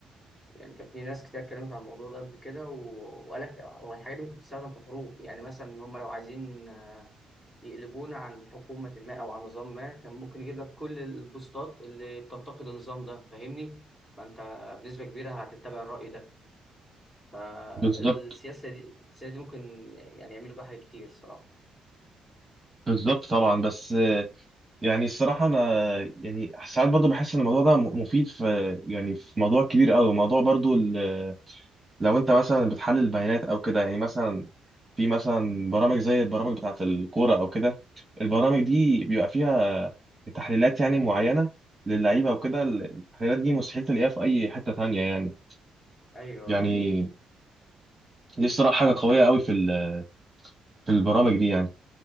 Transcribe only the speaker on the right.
بالظبط
بالظبط طبعا بس آه، يعني الصراحه انا يعني ساعات برضو بحس ان الموضوع ده م- مفيد في يعني في موضوع كبير قوي موضوع برضو ال- لو انت مثلا بتحلل بيانات او كده يعني مثلا في مثلا برامج زي البرامج بتاعه الكوره او كده البرامج دي بيبقى فيها تحليلات يعني معينه للعيبه وكده التحليلات دي مستحيل تلاقيها في اي حته تانية يعني
يعني دي الصراحه حاجه قويه قوي في ال- في البرامج دي يعني